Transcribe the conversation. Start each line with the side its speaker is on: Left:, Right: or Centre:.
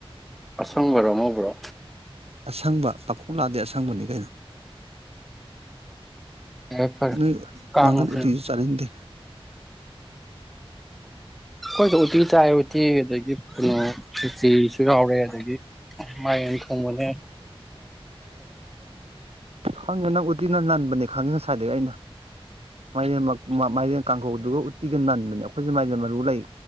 Centre: ꯄꯁꯪꯕ ꯔꯣꯃ ꯀ꯭ꯔꯣ
Right: ꯑꯁꯪꯕ ꯄꯥꯈꯣꯛ ꯂꯥꯗꯦ ꯑꯁꯪꯕꯅꯤ ꯀꯩꯅꯣ
Centre: ꯐꯔꯦ ꯐꯔꯦ
Right: ꯅꯣꯏ
Centre: ꯀꯥꯡ
Right: ꯃꯪꯒꯟ
Centre: ꯃꯇꯝ
Right: ꯎꯁꯨ ꯆꯥꯂꯅꯤꯗꯦ
Centre: ꯍꯣꯏꯣ ꯎ ꯆꯥꯏ ꯎꯇꯤ ꯑꯗꯒꯤ ꯀꯩꯅꯣ ꯁꯨꯆꯤꯁꯨ ꯌꯥꯥꯎꯔꯦ ꯑꯗꯨꯗꯒꯤ ꯃꯥꯏ ꯑꯟꯊꯧꯣꯛ ꯃꯅꯨꯡꯦ
Right: ꯐꯪꯉ ꯅꯪ ꯎꯇꯤꯅ ꯅꯟꯕꯅꯦ ꯈꯪꯉꯤ ꯉꯁꯥꯏꯗꯒꯤ ꯑꯩꯅ ꯃꯥꯏ ꯃꯥꯏꯔꯦꯟ ꯀꯥꯡꯈꯧꯗꯨꯒ ꯎꯇꯤꯒ ꯅꯟꯕꯅꯦ ꯑꯩꯈꯣꯏꯁꯦ ꯃꯥꯏꯗꯤ ꯃꯔꯨ ꯂꯩ